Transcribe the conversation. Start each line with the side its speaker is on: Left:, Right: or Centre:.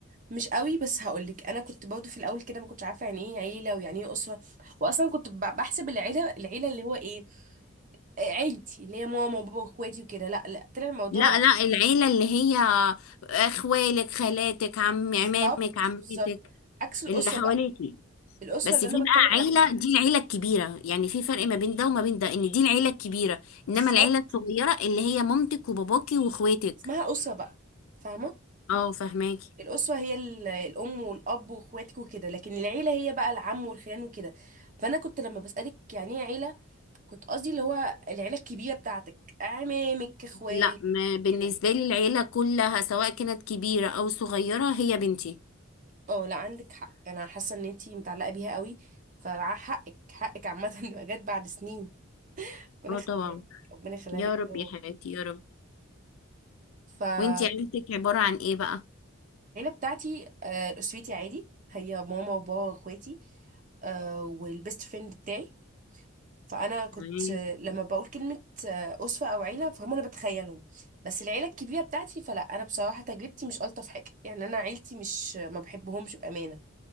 Right: مش قوي بس هقولك انا كنت برضه في الاول كده ما كنتش عارفه يعني ايه عيله ويعني ايه اسره واصلا كنت ب- بحسب العيله العيله اللي هو ايه آه، عيلتي اللي هي ماما وبابا واخواتي وكده لا لا طلع الموضوع
Left: لا لا العيلة اللي هي أخوالك خالاتك عم
Right: بالظبط
Left: عمامك عمتك
Right: بالظبط عكس الاسره
Left: اللي حواليكي
Right: بقى الاسره
Left: بس
Right: اللي
Left: في
Right: انا
Left: بقى
Right: بتكلم عليها
Left: عيلة
Right: دي
Left: دي العيلة الكبيرة يعني في فرق ما بين ده وما بين ده إن دي العيلة الكبيرة
Right: بالظبط
Left: إنما العيلة الصغيرة اللي هي مامتك وباباكي وإخواتك
Right: اسمها اسره بقى فاهمه
Left: اه فهماكي
Right: الاسره هي ال- الام والاب واخواتك وكده لكن العيله هي بقى العم والخيان وكده فانا كنت لما بسالك يعني ايه عيله كنت قصدي اللي هو العيلة الكبيرة بتاعتك أعمامك إخوالك
Left: لا ما بالنسبة
Right: كده
Left: لي العيلة كلها سواء كانت كبيرة أو صغيرة هي بنتي
Right: اه لا عندك حق أنا حاسة إن أنتي متعلقة بيها قوي فحقك حقك عامة <laughs> إنها جت بعد سنين ربنا
Left: اه
Right: يخليها
Left: طبعا
Right: لك ربنا يخليها
Left: يا
Right: لك
Left: رب
Right: يا رب.
Left: يا حياتي يا رب
Right: فالعيلة
Left: وانتي عيلتك عبارة عن ايه بقى؟
Right: بتاعتي آه، أسرتي عادي هي ماما وبابا وإخواتي آه، والبيست فريند بتاعي فانا كنت
Left: تمام.
Right: لما بقول كلمه اسوه او عيله فهم انا بتخيلهم بس العيله الكبيره بتاعتي فلا انا بصراحه تجربتي مش الطف حاجه يعني انا عيلتي مش ما بحبهمش بامانه